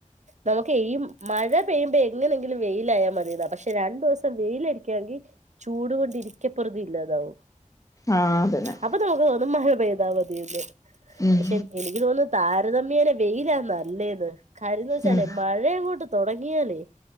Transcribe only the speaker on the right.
നമുക്ക് ഈ മഴ പെയ്യുമ്പോ എങ്ങനെങ്കിലും വെയിലായാൽ മതിന്നാ പക്ഷെ രണ്ട് ദിസം വെയിലടിക്കാ ങ്കിൽ ചൂട് കൊണ്ടിയിരിക്കപ്പൊറിതി ഇല്ലതാവും
അപ്പൊ നമുക്ക് തോന്നു ഒന്ന് മഴ പോയ്താ മതിന്ന്
പക്ഷെ എനിക്ക് തോന്നുന്നു താരതമ്യേന വെയിലാ നല്ലേന്ന് കാര്യംന്ന് വെച്ചാലേ
മഴങ്ങോട്ട് തൊടങ്ങിയാലേ